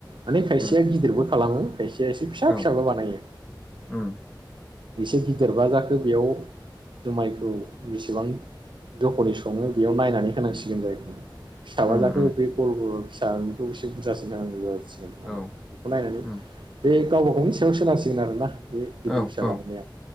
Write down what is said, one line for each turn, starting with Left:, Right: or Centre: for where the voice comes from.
Right: माने खायसेया
Centre: उम
Right: गिदिरबो खालामो खायसे इसे फिसा
Centre: औ
Right: फिसाबो बानायायो
Centre: उम
Right: एसे गिदिरबा जाखो बेयाव जुमायखौ बेसेबां जखै सङो बेयाव नायनानै होनांसिगोन जहैबाय फिसाबा
Centre: उम
Right: जाखो
Centre: उम
Right: बे गल गल सखौ एसे बुरजासिन होनांगौ जासिगोन माने
Centre: औ
Right: बेखौ नायनानै
Centre: उम
Right: बे गावबा गावनि साव सोनांसिगोन आरोना बे गिदिर
Centre: औ
Right: फिसा
Centre: औ
Right: बानायनाया